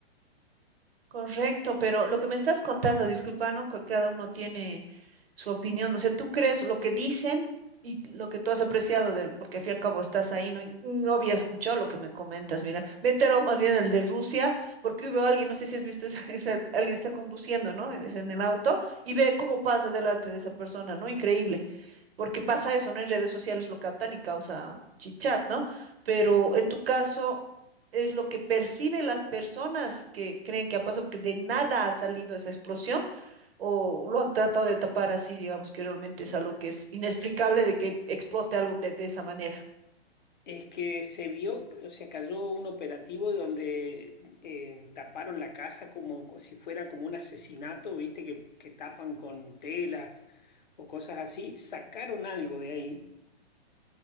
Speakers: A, on the right; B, on the left.
A: Correcto, pero lo que me estás contando, disculpa, ¿no? Que Cada uno tiene su opinión, o sea, tú crees lo que dicen y lo que tú has apreciado del, porque al fin y al cabo estás ahí, no, Y no había escuchado lo que me comentas, mira, me enteró más bien el de Rusia, porque hubo alguien, no sé si has visto, esa, <laughs> esa- alguien está conduciendo, ¿no? Es en el auto y ve cómo pasa delante de esa persona, ¿no? Increíble. porque pasa eso, ¿no? En redes sociales lo captan y causa chitchat, ¿no? Pero en tu caso es lo que perciben las personas que creen que ha pasado, porque de nada ha salido esa explosión, o lo han tratado de tapar así, digamos que realmente es algo que es inexplicable
B: Eh,
A: de que explote algo de, de esa manera.
B: Es que se vio, o sea, cayó un operativo donde eh, taparon la casa como co- si fuera como un asesinato, viste, que, que tapan con telas o cosas así, sacaron algo de ahí